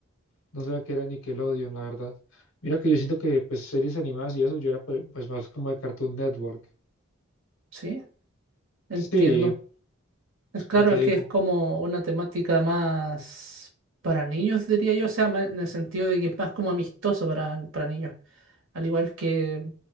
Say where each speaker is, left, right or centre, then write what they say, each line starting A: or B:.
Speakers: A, on the left (about 75°); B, on the right (about 65°).
A: no sabía que era Nickelodeon, la verdad. Mira que yo siento que, pues, series animadas y eso, yo era pues pues, más como de Cartoon Network.
B: Sí, entiendo.
A: Sí,
B: Es
A: pues,
B: claro,
A: como te
B: es
A: digo,
B: que es como una temática más para niños, diría yo, o sea, ma- en el sentido de que es más como amistoso para, para niños. Al igual que,